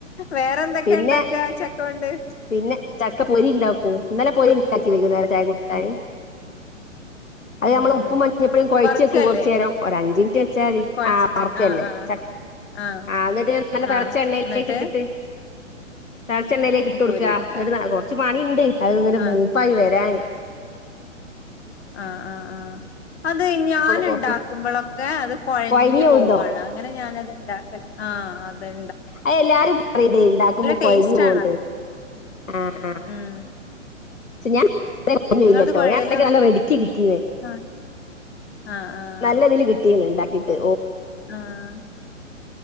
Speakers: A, on the left (about 55°); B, on the left (about 80°).
A: വേറെ എന്തൊക്കെ
B: പിന്നെ
A: ഉണ്ടാക്ക്വാചക്കോണ്ട്?
B: പിന്നെ ചക്ക പൊരി ഉണ്ടാക്കും ഇന്നലെ പൊരി ഉണ്ടാക്കി വൈകുന്നേരം തേൻ മുട്ടായി
A: ഉം
B: അത് നമ്മൾ
A: ഉം
B: ഉപ്പും
A: ഉം
B: മഞ്ഞൾപ്പൊടി കുഴച്ചൊക്ക
A: വറുക്കല്ലേ
B: കൊർച്ചേരം ഒരു അഞ്ചിനിറ്റ് വെച്ചാൽ മതി
A: കൊഴച്ചിട്ട്
B: ആ തുറക്ക്ന്നെ
A: ആഹ് ആഹ്
B: ചക്ക
A: ആഹ്
B: ആ എന്നിട്ട് നല്ല തൾച്ച
A: ആഹ്
B: എണ്ണയിലേക്ക്
A: എന്നിട്ട്
B: ഇട്ടിട്ട് തൾച്ച എണ്ണയിൽ ട്ട് ഒട്ക്കാ
A: കോരിയെടുക്ക
B: ന്നട്ട് കൊറച്ച് പണിണ്ട് അത്ങ്ങട്ട്
A: ആഹ്
B: മൂപ്പായി വരാന്
A: ആ ആഹ ആഹ അത് ഞാൻ
B: കുറച്ച്
A: ഉണ്ടാക്കുമ്പോഴൊക്കെ അത് കുഴഞ്ഞു
B: കൊഴഞ്ഞു പോവുണ്ടോ
A: പോവാണ് അങ്ങനെ ഞാനത്ണ്ടാക്കൽ ആ അതെ.
B: അത് എല്ലാരും പറയ്ണ് ഉണ്ടാക്കുമ്പോ
A: ടേസ്റ്റാണത്
B: കൊഴഞ്ഞു പോണണ്ട്ന്ന് ആഹ് ആ
A: ഉം
B: പക്ഷെ ഞാൻ <unintelligible> ഞൻണ്ടാക്കി
A: നിങ്ങളത് കൊഴയലൊന്നുൽ
B: നല്ല റെഡി ക്ക് കിട്ടീന്
A: ആഹ് ആഹ് ആഹ്
B: നല്ലതില് കിട്ടീണ്ണ്ണ്ടാക്ക- ക്കീട്ട്
A: ആഹ്